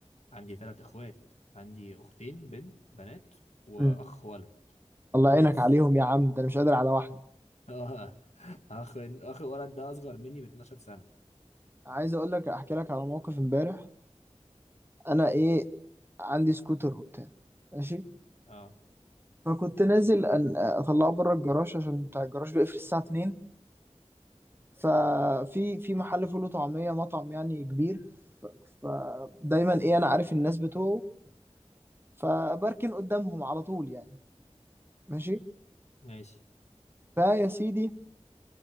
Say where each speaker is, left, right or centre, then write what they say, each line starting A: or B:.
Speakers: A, on the left; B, on the right.
A: عندي ثلاث اخوات عندي اختين بنت بنات واخ
B: مم.
A: ولد
B: الله
A: اخويا
B: يعينك
A: بس
B: عليهم يا عم ده انا مش قادر على واحدة
A: اه اخ اخ الولد ده اصغر مني ب 12 سنة
B: عايز اقول لك احكي لك على موقف امبارح انا ايه عندي سكوتر وبتاع ماشي
A: اه
B: فكنت نازل أن اطلعه بره الجراج عشان بتاع الجراج بيقفل الساعه 2 ففي في محل فول وطعميه مطعم يعني كبير فدايما ايه انا عارف الناس بتوعه فبركن قدامهم على طول يعني ماشي
A: ماشي
B: فيا سيدي